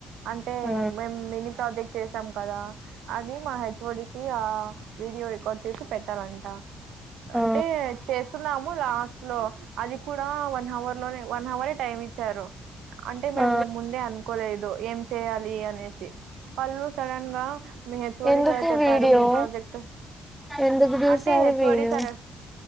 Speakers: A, on the right (about 85°); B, in the centre.
A: అంటే
B: ఆ
A: మేము మిని ప్రాజెక్ట్ చేసాం కదా అది మా హెచ్ఓడికి ఆ వీడియో రికార్డ్ చేసి పెట్టాలంటా
B: ఆ
A: అంటే చేస్తున్నాము లాస్ట్ లో అది కూడా వన్ అవర్ లోనే వన్ అవరే టైమ్ ఇచ్చారు అంటే
B: ఆ
A: మేము ముందే అనుకోలేదు ఏం చేయాలి అనేసి వాళ్ళు సడన్ గా మీ హెచ్చుఓడి
B: ఎందుకు
A: సార్ చెప్పారు
B: వీడియో
A: మిని ప్రాజెక్ట్
B: ఎందుకు చేశారు
A: అంటే హెచ్ఓడి
B: వీడు
A: సార్